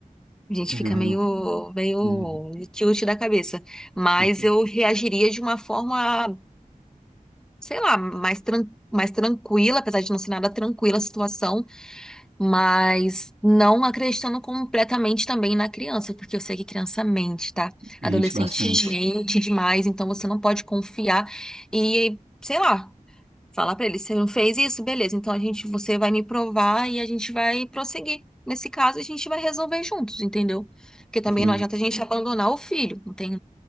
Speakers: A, in the centre; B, on the right.
A: A gente
B: Uhum.
A: fica meio, meio
B: Uhum.
A: tilt da cabeça. Mas
B: Com certeza.
A: eu reagiria de uma forma, sei lá, mais, tran mais tranquila, apesar de não ser nada tranquila a situação, mas não acreditando completamente também na criança, porque eu sei que criança mente, tá?
B: Mente
A: Adolescente
B: bastante.
A: mente demais, então você não pode confiar. E, sei lá. Falar pra ele, você não fez isso? Beleza, então a gente, você vai me provar e a gente vai prosseguir. Nesse caso, a gente vai resolver juntos, entendeu? Porque também
B: Entendi.
A: não adianta a gente abandonar o filho, não tem,